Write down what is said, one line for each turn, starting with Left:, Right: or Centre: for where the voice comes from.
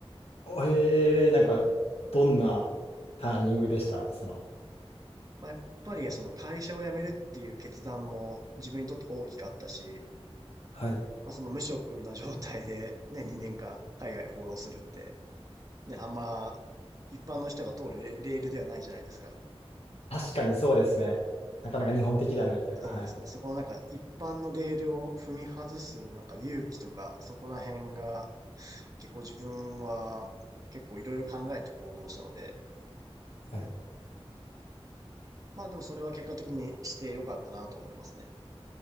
Left: ええ、なんか、どんなターニングでしたその。
Right: まあ、やっぱりその会社を辞めるっていう決断も自分にとって大きかったし、
Left: はい。
Right: まあ、その無職な状態でね、2年間海外放浪するって、ね、あんま一般の人が通るレレールではないじゃないですか。
Left: 確かにそうですね。なかなか日本的ではないというか、
Right: まあ、そうですね。
Left: はい。
Right: そこのなんか一般のレールを踏み外すなんか勇気とか、そこら辺が結構自分は結構いろいろ考えて行動したので、
Left: はい
Right: まあでもそれは結果的にしてよかったなと思いますね。